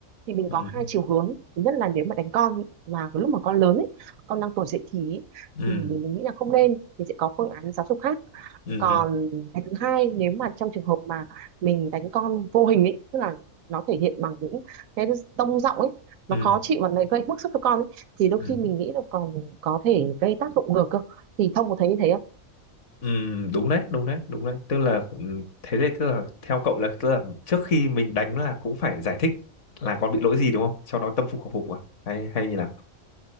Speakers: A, on the right (about 75°); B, on the left (about 60°).
A: thì mình
B: ừ
A: có hai chiều hướng thứ nhất là nếu mà đánh con mà cái lúc mà con lớn ấy, con đang tuổi dậy thì ấy,
B: ừ
A: thì mình nghĩ là không nên thì sẽ có phương án giáo dục khác
B: ừ
A: còn
B: ừ
A: cái thứ hai nếu mà trong trường hợp mà mình đánh con vô hình ấy tức là nó thể hiện bằng những cái tông giọng ấy nó
B: ừ
A: khó chịu và nó gây bức xúc cho con ấy thì đôi
B: ừ
A: khi mình nghĩ là còn có thể gây tác dụng ngược cơ thì Thông có thấy như thế không?
B: ừ, đúng đấy đúng đấy đúng đấy tức là ừ, thế thì tức là theo cậu là tức là trước khi mình đánh là cũng phải giải thích là con bị lỗi gì đúng không cho nó tâm phục khẩu phục à hay hay như nào